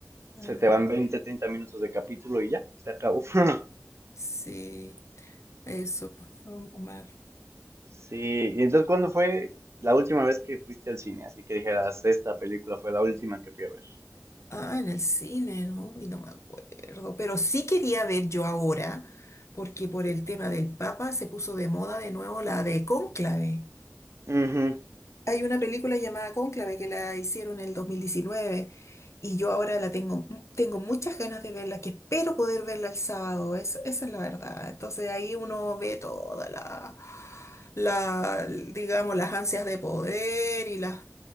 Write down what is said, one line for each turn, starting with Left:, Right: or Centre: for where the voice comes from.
Right: se
Left: Ah,
Right: te van 20, 30 minutos de capítulo y ya, se acabó. <laughs>
Left: sí, eso, pues, Omar.
Right: Sí, y entonces ¿cuándo fue la última vez que fuiste al cine? Así que dijeras, esta película fue la última que fui a ver.
Left: Ah, en el cine, ¿no? Y no me acuerdo. Pero sí quería ver yo ahora, porque por el tema del Papa se puso de moda de nuevo la de Cónclave.
Right: Ujú.
Left: Hay una película llamada Cónclave que la hicieron en el 2019 y yo ahora la tengo, tengo muchas ganas de verla, que espero poder verla el sábado, es- esa es la verdad. Entonces ahí uno ve toda la, la, digamos, las ansias de poder y las